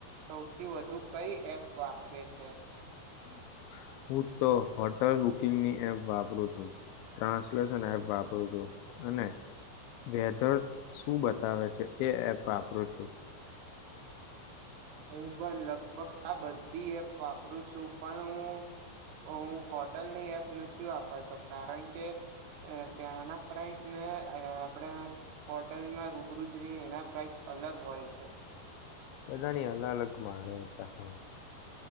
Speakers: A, on the right; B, on the left.
A: સૌથી વધુ કઈ એપ વાપરે છે
B: <inaudible> હું તો હોટલ બુકિંગની એપ વાપરું છું ટ્રાન્સલેશન એપ વાપરું છું અને વેધર શું બતાવે છે એ એપ વાપરું છું
A: હું બન લગભગ આ બધી એપ વાપરું છું પણ હું હું હોટલની એપ નથી વાપરતો કારણ કે ત્યાંના પ્રઇસ ને આપણે હોટલમાં રૂબરૂું જોઈએ એના પ્રાઇસ અલગ હોય છે
B: બધાની અલગ અલગ માણેતા હોય